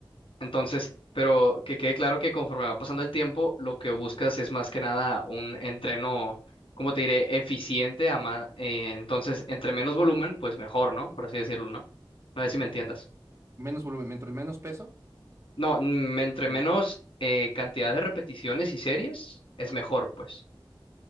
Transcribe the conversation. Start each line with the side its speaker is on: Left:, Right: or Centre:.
Left: Entonces, pero que quede claro que conforme va pasando el tiempo, lo que buscas es más que nada un entreno, como te diré, eficiente. A ma- eh, entonces, entre menos volumen, pues mejor, ¿no? Por así decirlo, ¿no? No sé si me entiendas.
Right: Menos volumen, mientras menos peso
Left: No, mm, entre
Right: o mientras.
Left: menos eh, cantidad de repeticiones y series, es mejor, pues.